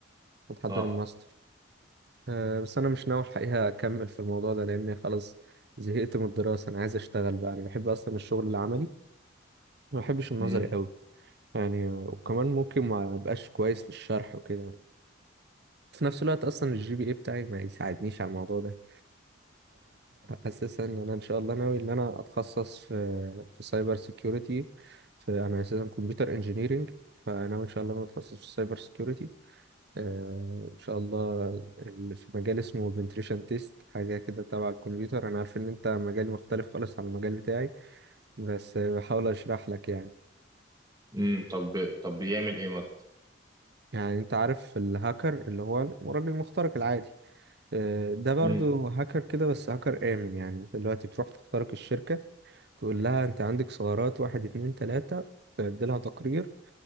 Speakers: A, on the right; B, on the right.
A: وتحضر
B: صح
A: الماستر أه بس انا مش ناوي الحقيقه اكمل في الموضوع ده لاني خلاص زهقت من الدراسه انا عايز اشتغل بقى انا بحب اصلا الشغل العملي ما بحبش النظري
B: امم
A: قوي يعني وكمان ممكن ما ابقاش كويس في الشرح وكده في نفس الوقت اصلا الجي بي اي بتاعي ما يساعدنيش على الموضوع ده فاساسا <laughs> ان انا ان شاء الله ناوي ان انا اتخصص في في سايبر سيكيورتي في انا اساسا كمبيوتر انجينيرينج فناوي ان شاء الله ان انا اتخصص في السايبر سيكيورتي آه، ان شاء الله اللي في مجال اسمه بنتريشن تيست حاجه كده تبع الكمبيوتر انا عارف ان انت مجال مختلف خالص عن المجال بتاعي بس آه، بحاول اشرح لك يعني
B: امم طب طب بيعمل ايه مثلا
A: يعني انت عارف الهاكر اللي هو الراجل المخترق العادي آه، ده برضو
B: امم
A: هاكر كده بس هاكر امن يعني انت دلوقتي بتروح تخترق الشركه تقول لها انت عندك ثغرات واحد اتنين تلاتة تعدلها تقرير